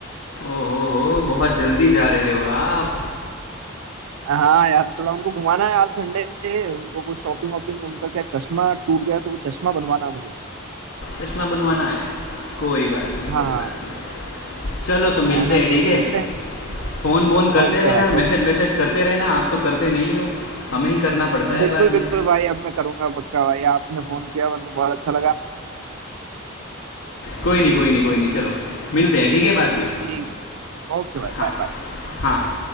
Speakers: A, on the left (about 65°); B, on the right (about 80°).
A: ओहो हो बहुत जल्दी जा रहे हो आप
B: हाँ यार थोड़ा उनको घुमाना है आज संडे है उनको कुछ शॉपिंग वॉपिंग उनका क्या चश्मा टूट गया तो वो चश्मा बनवाना है मुझे
A: चश्मा बनवाना है कोई बात नहीं
B: हाँ
A: कोई
B: हाँ
A: बात नहीं चलो तो मिलते
B: है ना
A: हैं ठीक
B: तो
A: है
B: मिलते हैं
A: फ़ोन बोन करते
B: ओके
A: रहना
B: भाई
A: मैसेज
B: ओके
A: वैसेज करते रहना आप तो करते नहीं हो हमें ही करना पड़ता है
B: बिल्कुल
A: बाद
B: बिल्कुल
A: में
B: भाई अब मैं करूंगा पक्का भाई आपने फोन किया मेरे को बहुत अच्छा लगा
A: कोई नहीं कोई नहीं कोई नहीं चलो मिलते हैं ठीक है बाद में
B: ठीक ओके भाई
A: हाँ
B: बाय बाय बाय।
A: हाँ हाँ